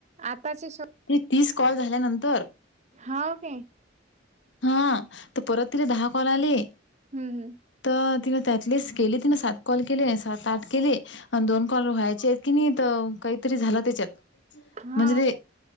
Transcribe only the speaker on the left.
ते तीस कॉल झाल्यानंतर.
हा, तर परत तिला दहा कॉल आले
तर तिला त्यातलीच केलीत ना मी सात कॉल केले, सात, आठ केले. अन दोन कॉल व्हायचे आहेत की नाही इथ, काहीतरी झालं त्याच्यात.
म्हणजे ते,